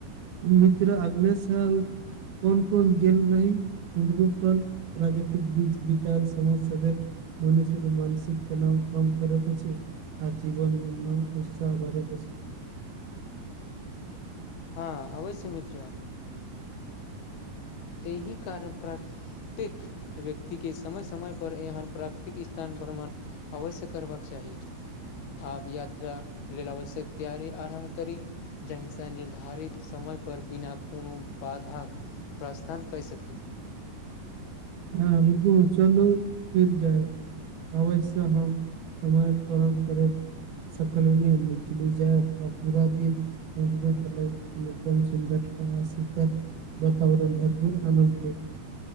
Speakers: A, on the right; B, on the left.
A: मित्र अगले साल कोन कोन गेल रह उरूपल प्राकृतिक बीज बितल समस्या मनसिक मानसिक तनाव काम करैत अछ आ जीवनमे नओ उत्साह भर प छ
B: हँ अबै छै मित् एहिह कारण प्र प्रत्येक व्यक्तिके समय समयपर एहन प्राकृतिक स्थान भ्रम अवश्य करबाक चाह आब यात्रा लेल आवश्यक तैयारी आरम्भ कर जाहिसँ निर्धारित समयपर बिना कोनो बाधा प्रस्थान कहि सक
A: हँ चलू फिर जाय आबै से हम समय पाल करै सकलमे निकली जाय पूरा दि क अनुपम सुन्दर वातावरण भरपूर आनन्